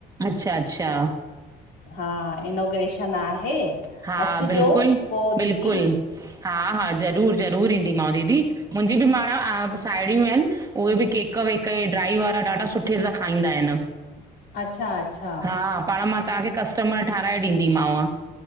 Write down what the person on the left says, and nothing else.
हा, इनोग्रेशन आहे,
अचजो
पो
दीदी!
अच्छा अच्छा